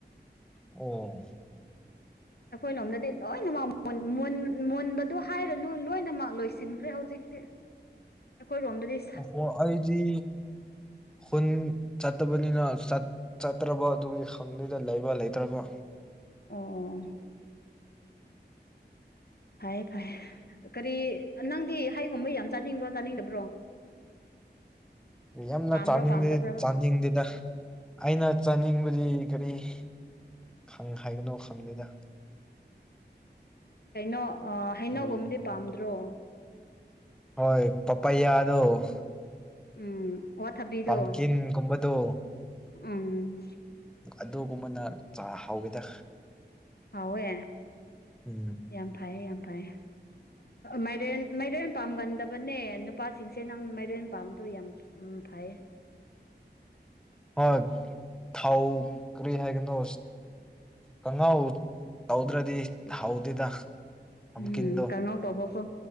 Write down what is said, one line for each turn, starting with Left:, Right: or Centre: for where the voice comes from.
Centre: ꯑꯣ
Left: ꯑꯩꯈꯣꯏ ꯂꯣꯝꯗꯗꯤ ꯂꯣꯏꯅꯃꯛ ꯃꯨꯟꯕꯗꯣ ꯍꯥꯏꯔꯅꯨ ꯂꯣꯏꯅꯃꯛ ꯂꯣꯏꯁꯤꯟꯈ꯭ꯔꯦ ꯍꯧꯖꯤꯛꯇꯤ
Centre: <inaudible>
Left: ꯑꯩꯈꯣꯏ ꯔꯣꯝꯗꯗꯤ
Centre: ꯑꯣꯍꯣ ꯑꯩꯗꯤ ꯈꯨꯟ ꯆꯠꯇꯕꯅꯤꯅ ꯆꯠꯇ꯭ꯔꯕ ꯑꯗꯨꯒꯤ ꯈꯪꯗꯨꯗ ꯂꯩꯕ ꯂꯩꯇ꯭ꯔꯕ
Left: ꯑꯣ- ꯑꯣ ꯐꯩꯦ ꯐꯩꯦ ꯀꯔꯤ ꯅꯪꯗꯤ ꯍꯥꯏꯒꯨꯝꯕ ꯌꯥꯝ ꯆꯥꯅꯤꯡꯕ꯭ꯔꯣ ꯆꯥꯅꯤꯡꯗꯕ꯭ꯔꯣ
Centre: ꯌꯥꯝꯅ
Left: ꯄꯥꯝꯕ꯭ꯔꯣ
Centre: ꯆꯥꯅꯤꯡꯗꯦ
Left: ꯄꯥꯝꯗꯕ꯭ꯔꯕ
Centre: ꯆꯥꯅꯤꯡꯗꯦꯗ ꯑꯩꯅ ꯆꯥꯅꯤꯡꯕꯗꯤ ꯀꯔꯤꯪ ꯍꯥꯏꯒꯅꯣ ꯈꯪꯗꯦꯗ
Left: ꯀꯩꯅꯣ ꯍꯩꯅꯧꯒꯨꯝꯝꯗꯤ
Centre: ꯎꯝ
Left: ꯄꯥꯝꯗ꯭ꯔꯣ
Centre: ꯍꯣꯏ ꯄꯄꯌꯥꯗꯣ
Left: ꯎꯝ ꯋꯥ ꯊꯕꯤꯗꯣ
Centre: ꯄꯝꯀꯤꯟꯒꯨꯝꯕꯗꯣ
Left: ꯎꯝ
Centre: ꯑꯗꯨꯒꯨꯝꯕꯅ ꯆ ꯍꯥꯎꯋꯤꯗ
Left: ꯍꯥꯎꯋꯦ
Centre: ꯎꯝ
Left: ꯌꯥꯝ ꯐꯩꯌꯦ ꯌꯥꯝ ꯐꯩꯌꯦ ꯃꯥꯏꯔꯦꯟ ꯃꯥꯏꯔꯦꯟ ꯄꯥꯝꯒꯟꯗꯕꯅꯦ ꯅꯨꯄꯥꯁꯤꯡꯁꯦ ꯅꯪ ꯃꯥꯏꯔꯦꯟ ꯄꯥꯝꯗꯣꯏ ꯌꯥꯝ ꯎꯝ ꯐꯩ
Centre: ꯍꯣꯏ ꯊꯥꯎꯥꯎ ꯀꯔꯤ ꯍꯥꯏꯒꯅꯤ ꯀꯪꯍꯥꯎ ꯇꯧꯗ꯭ꯔꯗꯤ ꯍꯥꯎꯗꯦꯗ ꯄꯝꯀꯤꯟꯗꯣ
Left: ꯎꯝ ꯀꯥꯡꯉꯥꯎ ꯇꯧꯕꯁꯨꯣ